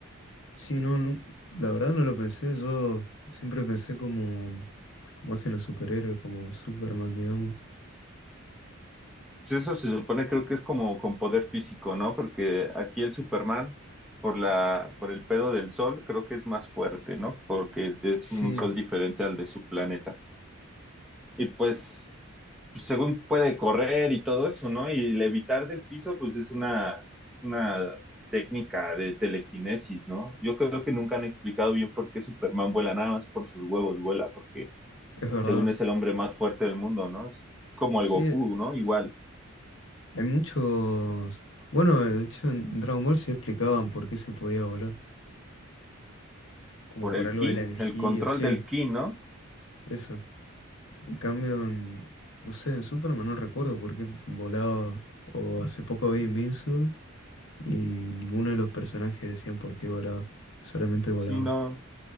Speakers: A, on the left; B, in the centre.
A: Sí, no, no, la verdad no lo pensé, yo siempre pensé como, como hacen los superhéroes, como Superman, digamos.
B: Pues Eso se supone, creo que es como con poder físico, ¿no? Porque aquí el Superman, por la, por el pedo del sol, creo que es más fuerte, ¿no? Porque es
A: Sí,
B: un sol diferente al de su planeta. Y pues, según puede correr y todo eso, ¿no? Y levitar del piso, pues es una, es una técnica de telequinesis, ¿no? Yo creo que nunca han explicado bien por qué Superman vuela, nada más por sus huevos vuela, porque
A: es verdad.
B: según es el hombre más fuerte del mundo, ¿no? Es como
A: Sí,
B: el Goku, ¿no? Igual.
A: Hay muchos... Bueno, de hecho en Dragon Ball sí explicaban por qué se podía volar. Como
B: por
A: por
B: el
A: algo
B: ki,
A: de la energía,
B: el control
A: sí,
B: del ki, ¿no?
A: eso. En cambio, en- no sé, en Superman no recuerdo por qué volaba. O hace poco vi Invincible y ninguno de los personajes decían por qué volaba. Solamente volaban.
B: Sí, no,